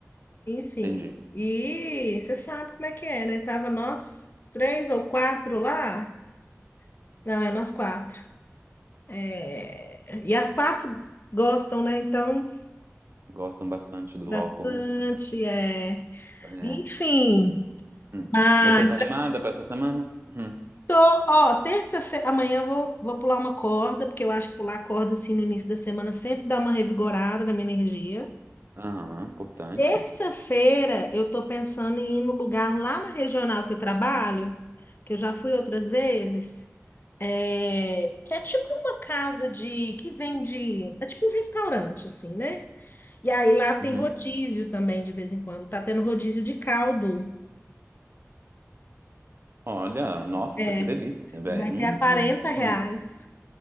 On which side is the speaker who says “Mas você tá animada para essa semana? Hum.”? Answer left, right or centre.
Right